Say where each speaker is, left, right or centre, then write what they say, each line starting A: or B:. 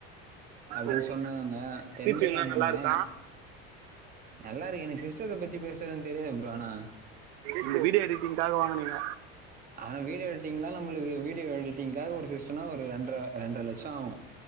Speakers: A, on the right; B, on the right.
A: அப்டின்
B: ஓ
A: சொன்னாங்க தெரிஞ்ச
B: சி பி யூ லா
A: அண்ணன்தா
B: நல்லா இருக்கா
A: நல்லாருக்கு எனக்கு சிஸ்டத்த பத்தி பேசுறதுன் தெரியாது ப்ரோ ஆனா
B: நீங்க வீடியோ எடிட்டிங்காக வாங்னீங்க
A: ஆனா வீடியோ எடிட்டிங்லா நம்ளுக்கு வீடியோ எடிட்டிங்காக ஒரு சிஸ்டோனா ஒரு ரெண்ட்ர ரெண்ட்ர லட்சோ ஆவு